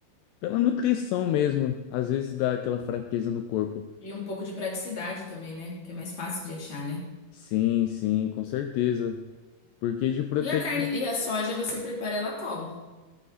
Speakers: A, on the left (about 85°); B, on the left (about 20°).
A: Pela nutrição mesmo, às vezes dá aquela fraqueza no corpo.
B: E um pouco de praticidade também, né? Que é mais fácil de achar, né?
A: Sim, sim, com certeza. Porque de proteína.
B: E a carne e a soja você prepara ela como?